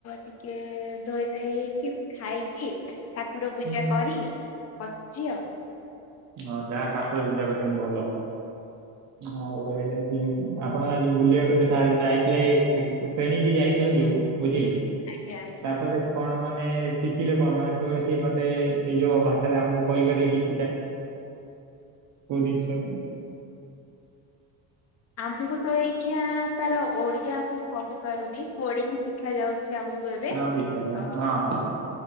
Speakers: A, on the left; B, on the right.
A: ଟିକେ ଧୋଇ ହେଇକି ଖାଇକି ଠାକୁର ପୂଜା
B: ହୁଁ।
A: କରି ବସିଚି ଆଉ।
B: ହଁ ଯାହା ଠାକୁର ପୂଜା କରିଚନ୍ତି ଭଲ। ଆଉ <unintelligible> ଆପଣ ଆଜି ବୁଲିବା କୁ ଯାଇଥିଲେ ଶ୍ରେଣୀକି ଯାଇଥିଲେ ଯୋଉ ବୁଝିଲି
A: ଆଜ୍ଞା ଆଜ୍ଞା
B: ତାପରେ କଣ ମାନେ ଶିଖିଲେ କଣ <unintelligible> କୌଣସି ମତେ ନିଜ ଭାଷାରେ ଆମକୁ କହିପାରିବେ କିଛିଟା। <unintelligible> ଜିନିଷ
A: ଆମକୁ ତ ଏଇ <unintelligible> ତାର ଓଡ଼ିଆ ମୁଁ କହିପାରୁନି। କୋଡି଼ଙ୍ଗ୍ ଶିଖା ଯାଉଛି ଆମକୁ ଏବେ
B: ହଁ ବୁଝିପାରିଲି
A: ଆ
B: ହଁ ହଁ।